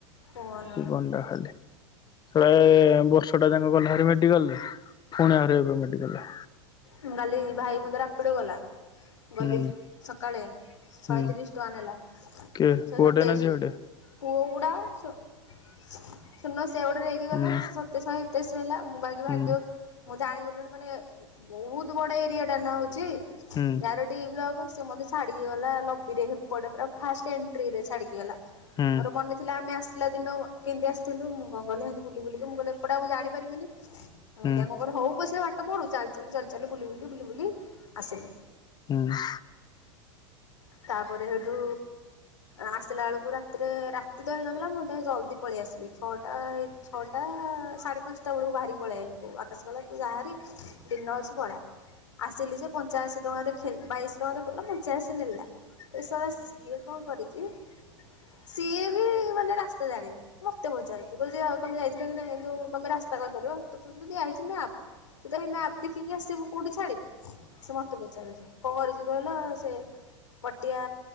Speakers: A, on the left (about 70°); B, on the left (about 25°).
A: କଣ
B: ଜୀବନଟା ଖାଲି ସଳା ଏ ବର୍ଷ ଟା ଯାକ ଗଲା ହେରି ମେଡିକାଲରେ ପୁଣି ଆରେ ଏବେ ମେଡିକାଲରେ
A: ମୁଁ କାଲି ଭାଇ ମତେ ରାପିଡ ଗଲା ଗଲି
B: ହୁଁ
A: ସକାଳେ ଶହେତିରିଶ
B: ହୁଁ
A: ଟଙ୍କା ନେଲା ଶହେ
B: କିଏ ପୁଅଟେ
A: ସତେଇଶି
B: ନା ଝିଅଟେ?
A: ପୁଅ ଗୁଡା ଶୂନ ସେ ଗୋଟେ ନେଇ
B: ହୁଁ
A: ତେଇ ଶହେେଇଶ ହେଲା ମୁଁ ଭି
B: ହୁଁ
A: ଭ ମୁଁ ଜାଣ ମାନେ ବହୁତ ବଡ ଏରିଆ ଟା ନା ହଉଛି
B: ହୁଁ
A: ବ୍ଲଗ ସେ ଛାଡ଼ିକି ଗଲା ଲବିରେପଟେ ପୁର ଫାଷ୍ଟ ଏଣ୍ଟ୍ରି ରେ ଛାଡି ଗଲା
B: ହୁଁ
A: ମୁ ମନ ଥିଲା ଆମେ ଆସିଲା ଦିନ କେମିତି ଆସିଥିଲୁ ମୁଁ କଣ କଲିମି ବୁ ବୁକ ମୁଁ କିଲ ଏପଟା ମୁଁ ଜାଣିପାରିବିନି
B: ହୁଁ।
A: ତାଙ୍କରେ ହଉ ପଇସା ବାଟ ପଢୁ ଚାଲି ଚାଲୁ ଚାଲି ଚାଲ ବୁଲି ବୁଲି ବୁଲି ବୁଲି ଆସିଲି
B: ହୁଁ।
A: ତାପରେ ସେଇଠୁ ଆସିଲା ବେଳକୁ ରାତିରେ ରାତି ତ ହେଇନଥିଲା ମୁଁ ତ ଜଲ୍ଦି ପଳେଇ ଆସିଲି ଛଅଟା ହେଇ ଛଅଟା ସାଢେ ପାଞ୍ଚଟା ବେଳକୁ ବାହାରିକି ପଳେଇ ଆଇଲି ଆକାଶ ଗଲା ତୁ ଯାହାରି ଦିନ ଅଛି ପଳା ଆସିଲି ଯେ ପ ପଞ୍ଚା ଅଶି ଟଙ୍କା ଦେଖଉ ଥିଲା ବାଇଶ ଟଙ୍କା ଦେଖାଉ ଥିଲା ପଞ୍ଚାଅଶି ନେଲା କଣ କରିଛି ସିଏ ବି ମାନେ ରାସ୍ତା ଜାଣିନି। ମତେ ପଚାରୁଛ କହୁ ଯି ଆଉ ତମ ଯାଇଥିଲ କି ନାଇ ତମେ ରାସ୍ତା କହିପାରିବ ତତେ ତ ଦିଆ ହେଇଚି ମ୍ୟାପ୍। ତୁ ତ ମ୍ୟାପ ଦେଖିକି ଆସିବୁ କୋଉଠି ଛାଡିବୁ ସେ ମତେ ପଚାରଛି କଣ କରଛି କହିଲ ସେ ପଟିଆ